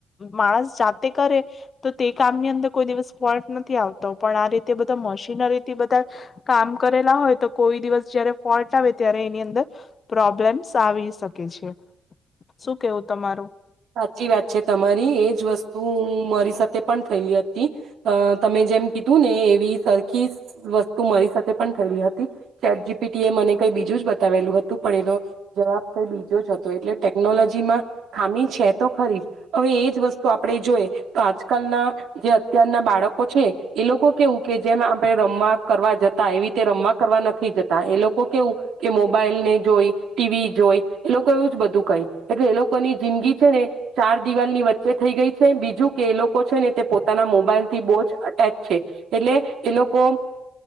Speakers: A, on the left (about 40°); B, on the right (about 75°).
A: માણસ જાતે કરે. તો તે કામની અંદર કોઈ દિવસ ફોલ્ટ નથી આવતો, પણ આ રીતે બધા મશીનરીથી બધા કામ કરેલા હોય તો કોઈ દિવસ જયારે ફોલ્ટ આવે ત્યારે એની અંદર પ્રોબ્લેમ્સ આવી શકે છે, શું કેવું તમારું?
B: સાચી વાત છે તમારી, એજ વસ્તુ મારી સાથે પણ થયેલી હતી, અ તમે જેમ કીધું ને એવી સરખી વસ્તુ મારી સાથે પણ થયેલી હતી, ચેટ જી પી ટી એ મને કઈ બીજું જ બતાવેલું હતું પણ એનો જવાબ કઈ બીજો જ હતો એટલે ટેકનોલોજીમાં ખામી છે. તો ખરી જ હવે એજ વસ્તુ આપણે જોઈએ તો આજકાલના જે અત્યારના બાળકો છે એ લોકો કેવું કે જેમ આપણે રમવા કરવા જતા એવી રીતે રમવા કરવા નથી જતા, એ લોકો કેવું કે મોબાઈલને જોઈ ટીવી જોઈ એ લોકો એવું જ બધું કહી એટલે એ લોકોની જિંદગી ને ચાર દિવાલ ની વચ્ચે થઈ ગઈ છે બીજું કે એ લોકો છે ને તે પોતાના મોબાઈલ થી બહ જ અટેચ છે એટલે એ લોકો